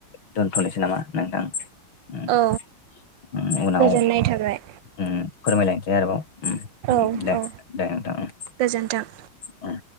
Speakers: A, on the left (about 90°); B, on the right (about 75°).
A: दोनथ'नोसै नामा नोंथां। उम
B: औ
A: उम उनाव
B: गोजोननाय थाबाय।
A: उम फोरमायलायनोसै आरोबाव उम
B: औ
A: दे
B: औ
A: दे नोंथां।
B: गोजोन्थों
A: उम